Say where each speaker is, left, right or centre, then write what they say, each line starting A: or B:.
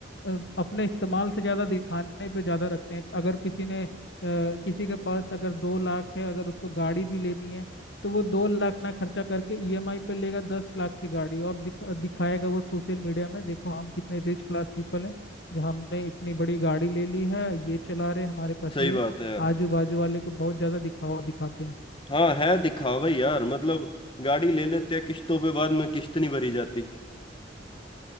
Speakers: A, on the left; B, on the left.
A: अ, अपने इस्तेमाल से ज़्यादा दिखाने पे ज़्यादा रखते हैं अगर किसी ने अ, किसी के पास अगर दो लाख है अगर उसको गाड़ी भी लेनी है तो वो दो लाख ना खर्चा करके ईएमआई पे लेगा दस लाख की गाड़ी और दिखा, दिखाएगा वो सोशल मीडिया में देखो हम कितने रिच क्लास पीपल हैं जो हमने इतनी बड़ी गाड़ी ले ली है ये चला रहे हैं, हमारे पास
B: सही
A: ये
B: बात है यार
A: आजू बाजू वाले को बहुत ज्यादा दिखावा दिखाते हैं
B: हाँ है दिखावा ही यार मतलब गाड़ी ले लेते हैं किश्तों पे बाद में किश्त नहीं भरी जाती